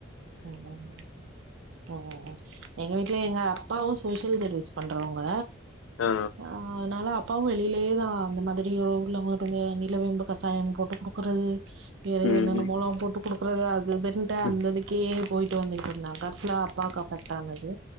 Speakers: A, on the right; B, on the left.
A: ஆமாம் ஓ ஓ ஓ எங்க வீட்ல எங்க அப்பாவு சோசியல் சர்வீஸ் பண்றவங்க
B: ஆ
A: ஆ அதுனால அப்பாவு வெளிலயே தா அந்த மாதிரி உள்ங்ளவங்களுக் இந்த நிலவேம்பு கசாயம் போட்டு குக்கறது வேற
B: ம்,
A: என்னென்னமோலா போட்டு குடுக்கறது அது இதுன்ட்டு
B: ம்,
A: அந்த இதுக் கே போய்ட்டு வந்துகிட்ருந்தாங் கடசில அப்பாக் அ ஃபெக்ட்டானது